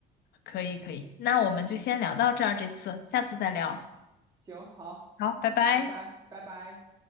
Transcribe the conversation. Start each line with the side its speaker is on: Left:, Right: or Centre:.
Left: 可以可以，那我们就先聊到这儿，这次，下次再聊。
Right: 行，好，
Left: 好，拜拜。
Right: 好，拜拜，拜拜。